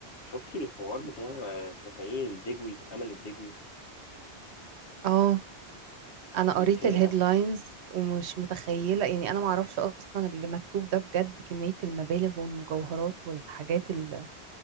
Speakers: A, on the left; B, on the right.
A: شفتي الحوار بتاع اسمها ايه الدجوي امل الدجوي
B: اه انا قريت
A: السرقه
B: الهيدلاينز ومش متخيله يعني انا معرفش اصلا اللي مكتوب ده بجد كميه المبالغ والمجوهرات والحاجات ال-